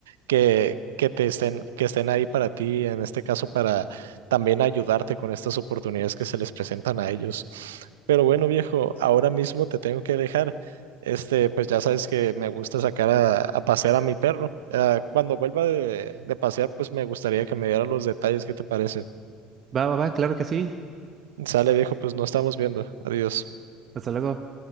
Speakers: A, on the right; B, on the right.
A: que, que te estén, que estén ahí para ti, en este caso para también ayudarte con estas oportunidades que se les presentan a ellos. Pero bueno, viejo, ahora mismo te tengo que dejar. Este, pues ya sabes que me gusta sacar a, a pasear a mi perro. Ah, cuando vuelva de, de pasear, pues me gustaría que me diera los detalles, ¿qué te parece?
B: Va, va, va, claro que sí.
A: Sale, viejo, pues nos estamos viendo. Adiós.
B: Hasta luego.